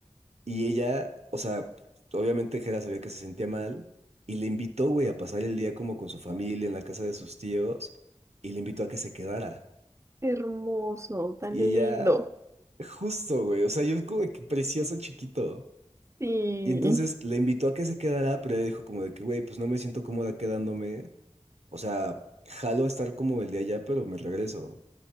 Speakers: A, on the right (about 65°); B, on the right (about 25°).
A: Y ella, o sea, obviamente Jera sabía que se sentía mal y le invitó, güey, a pasar el día como con su familia en la casa de sus tíos y le invitó a que se quedara.
B: Hermoso, tan
A: Y ella,
B: lindo.
A: justo, güey, o sea, yo como de que precioso chiquito.
B: Sí.
A: Y entonces le invitó a que se quedara, pero ella dijo como de que, güey, pues no me siento cómoda quedándome. O sea, jalo estar como el día allá, pero me regreso.